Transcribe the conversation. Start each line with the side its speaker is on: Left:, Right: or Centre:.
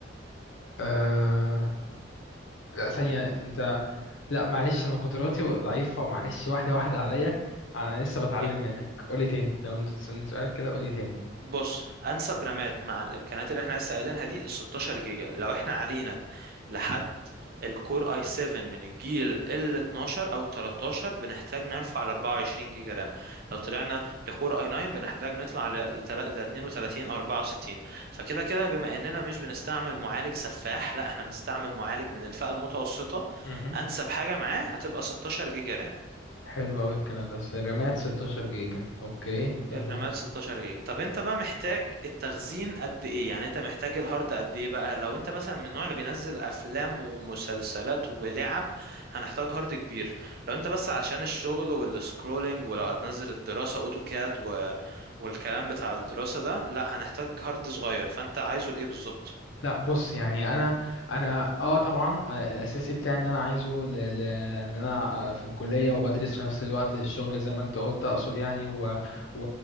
Left: آه... لا ثانية انت لا معلش انا قدراتي ضعيفة معلش واحدة واحدة عليا انا لسه بتعلم
Right: إيه؟
Left: منك قولي تاني لو انت تسألني سؤال كده قولي تاني
Right: بص انسب رامات مع الامكانيات اللي احنا لسه قايلينها دي ال 16 جيجا لو احنا علينا لحد الكور اي 7 من الجيل ال 12 او 13 بنحتاج نرفع ل 24 جيجا رام لو طلعنا لكور اي 9 بنحتاج نطلع ل لتلا- ل 32 او 64 فكده كده بما اننا مش بنستعمل معالج سفاح لا احنا بنستعمل معالج من الفئة المتوسطة
Left: امم
Right: انسب حاجة معاه هتبقى 16 جيجا رام
Left: حلو قوي الكلام ده رامات 16 جيجا اوكي تمام
Right: الرامات 16 جيجا طب انت بقى محتاج التخزين قد ايه يعني انت محتاج الهارد قد ايه بقى لو انت مثلا من النوع اللي بينزل افلام ومسلسلات ولعب هنحتاج هارد كبير لو انت بس عشان الشغل والسكرولينج ولو هتنزل الدراسة اوتوكاد و... والكلام بتاع الدراسة ده لا هنحتاج هارد صغير فانت عايزه لايه بالظبط
Left: لا بص يعني انا انا اه طبعا آه، الاساسي بتاعي ان انا عايزه ل... ل... ان انا آه، في الكليه وبدرس في نفس الوقت الشغل زي ما انت قلت اقصد يعني و... و...